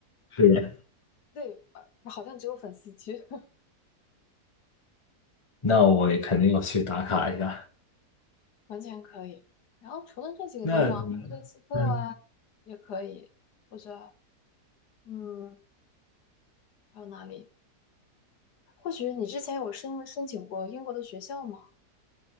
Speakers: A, on the left; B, on the left.
A: 是的，
B: 对，呃，好像只有粉丝去。
A: 那我也肯定要去打卡一下。
B: 完全可以。然后除了这几个地方，
A: 那你，
B: 曼彻斯特啊也可以，
A: 嗯，
B: 或者嗯，还有哪里？或许你之前有申申请过英国的学校吗？